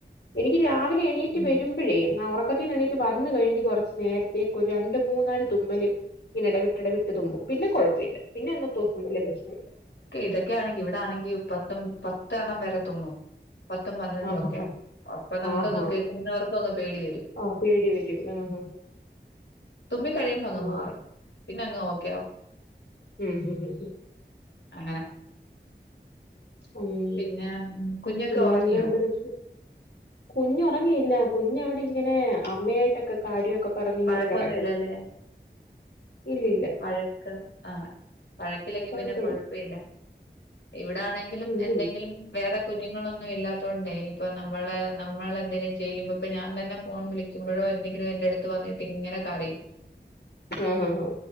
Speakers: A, on the left (about 70°); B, on the left (about 85°).
A: എനിക്ക് രാവിലെ എണീറ്റ്
B: ഉം
A: വരും മ്പഴേ ന്നാ ഒറക്കത്തിന്ന് എണീറ്റ് വന്ന് കഴിഞ്ഞ് കൊറച്ച് നേരത്തേക്ക് ഒരു രണ്ട് മൂന്നാല് തുമ്മല് ഇങ്ങനെ എടവിട്ട് എടവിട്ട് തുമ്മും പിന്നെ കൊഴപ്പം ഇല്ല പിന്നെ അന്നത്തെ ദിവസം വലിയ പ്രശ്നം ഇല്ല.
B: ഇതൊക്കെയാണെങ്കി ഇവിടെ ആണെങ്കി പത്തും പത്തെണ്ണം വരെ തുമ്മും പത്തും പന്ത്രണ്ടും
A: ആഹ്
B: ഒക്കെയ
A: ആഹ്
B: അപ്പം നമ്മുക്കങ്ങ്
A: ആഹ് ആഹ്
B: കേക്കുന്നവർക്കും അങ്ങ് പേടി വരും.
A: ആഹ് പേടി വരും ആഹ്
B: തുമ്മി കഴിയുമ്പോ അങ്ങ്
A: ആഹ്
B: മാറും പിന്നെ അങ്ങ് ഓക്കെയാവും.
A: ഉംഉംഉം..
B: അങ്ങനെ
A: ഒമ്മി
B: പിന്നെ ഉം കുഞ്ഞൊക്കെ
A: പിന്നെ
B: ഉറങ്ങിയോ
A: എന്താ ഉണ്ട് വിശേഷ? കുഞ്ഞുറങ്ങിയില്ല കുഞ്ഞവിടെ ഇങ്ങനെ അമ്മയായിട്ടൊക്കെ കാര്യോക്കെ പറഞ്ഞിങ്ങനെ
B: വഴക്കൊന്നുമില്ലല്ലേ
A: കിടക്കന്നു ഇല്ലില്ല.
B: വഴക്ക് ആ വഴക്കില്ലെങ്കി
A: കുഴപ്പമില്ല
B: പിന്നെ കൊഴപ്പ ഇല്ല. ഇവിടാണെങ്കിലും
A: ഇല്ലില്ല
B: എന്തെങ്കിലും വേറെ കുഞ്ഞുങ്ങളൊന്നും ഇല്ലാത്തോണ്ടേ ഇപ്പൊ നമ്മുളെ നമ്മളെന്തെങ്കിലും ചെയ്യുമ്പോ ഇപ്പൊ ഞാൻ തന്നെ ഫോൺ വിളിക്കുമ്പോഴോ എന്തെങ്കിലും എന്റെ അടുത്ത് വന്നിട്ട് ഇങ്ങനെ കരയും.
A: ആഹ് ആഹ്.